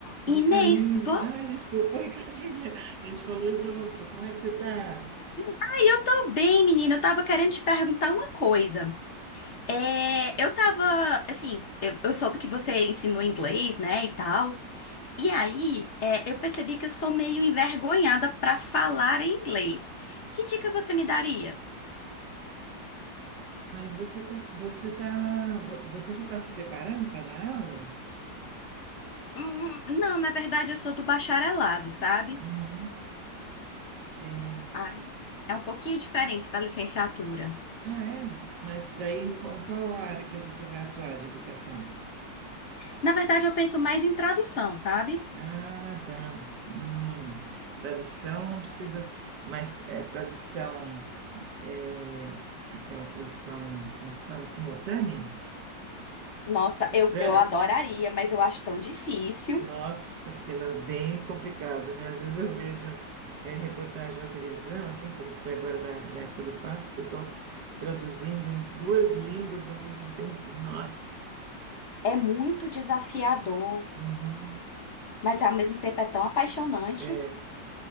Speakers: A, on the left; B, on the right.
A: Inês,
B: Oi, Camille.
A: vo-
B: Ai, desculpa, oi, <laughs> Camille. A gente falou junto. Como é que você está?
A: Ai, eu tô bem, menina. Eu tava querendo te perguntar uma coisa. É, eu tava, assim, eu, eu soube que você ensinou inglês, né, e tal. E aí, é, eu percebi que eu sou meio envergonhada pra falar em inglês. Que dica você me daria?
B: mas você tá, você tá, vo- você já está se preparando para dar aula?
A: Hum, não, na verdade, eu sou do bacharelado, sabe?
B: Uhum. É,
A: Ai, é um pouquinho diferente da licenciatura.
B: ah, é? Mas daí, em qual, qual área que você vai atuar de educação?
A: Na verdade, eu penso mais em tradução, sabe?
B: Ah, tá. Hum. Tradução não precisa, mas é, tradução, é, aquela tradução, como é que fala? Simultânea?
A: Nossa,
B: <laughs>
A: eu, eu adoraria, mas eu acho tão difícil.
B: Nossa, aquilo é bem complicado, né? Às vezes eu vejo eh, reportagem na televisão, assim como foi agora na, na época do Papa, o pessoal traduzindo em duas línguas ao mesmo tempo. Nossa!
A: É muito desafiador,
B: Uhum.
A: mas ao mesmo tempo é tão apaixonante.
B: É,